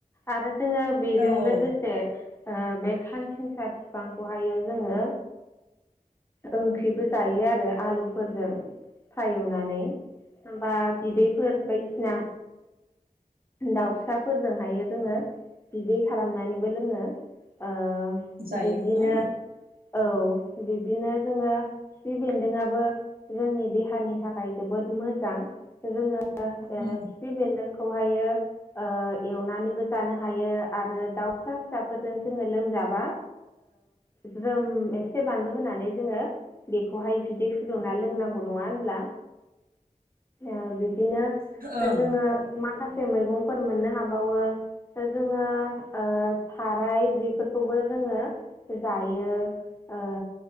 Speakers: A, on the left; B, on the right.
A: आरो जोङो बेजों
B: औ
A: लोगोसे बे खानसिंसा बिफांखौहायो जोङो ओंख्रिबो जायो आरो आलुफोरजों। फ्राय एवनानै होनबा बिदैफोर बायदिसिना दाउसाफोरजों हाय जोङो बिदै खालामनानैबो लोङो। ओ
B: जायोना
A: बिब्दिनो औ बिब्दिनो जोङो खिफि बेन्दोंआबो जोंनि देहानि थाखाय जोबोद मोजां। जोङो ओ
B: ओं
A: खिफि बेन्दोंखौहाय ओ एवनानैबो जानो हा यो आरो दाउ फिसा फिसाफोरजों जोङो लोमजाबा ज्रोम एसे बानलु होनानै जोङो बेखौहाय बिदै फुदुंना लोंनांगौ नङा होनब्ला। ओ बिब्दिनो
B: ओं
A: जोङो माखासे मैगंफोर मोननो हाबावो जोङो थाराय बेफोरखौबो जो जोङो जायो। ओ